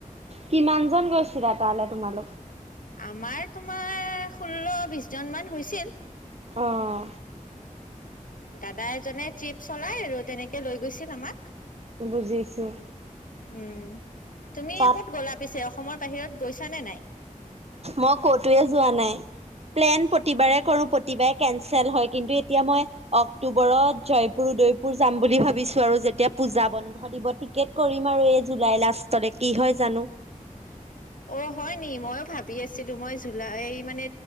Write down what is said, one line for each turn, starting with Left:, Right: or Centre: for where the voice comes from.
Right: কিমানজন গৈছিলা তালে তোমালোক
Left: আমাৰ তোমাৰ ষোল্ল বিছ জনমান হৈছিল
Right: অঁ
Left: দাদা এজনে ট্ৰিপ চলাই আৰু তেনেকে লৈ গৈছিল আমাক
Right: বুজিছোঁ
Left: উম তুমি
Right: তাত
Left: ক'ত গ'লা পিছে অসমৰ বাহিৰত গৈছা নে নাই
Right: মই কতয়ে যোৱা নাই প্লেন প্ৰতিবাৰে কৰো প্ৰতিবাৰে কেনচেল হয় কিন্তু এতিয়া মই অক্টোবৰত জয়পুৰ উদয়পুৰ যাম বুলি ভাবিছো আৰু যেতিয়া পূজা বন্ধ দিব তি কেট কৰিম আৰু এই জুলাই লাষ্টলে কি হয় জানো
Left: <unintelligible> অ হয় নি মইও ভাবি আছিলো মই জুলা এই মানে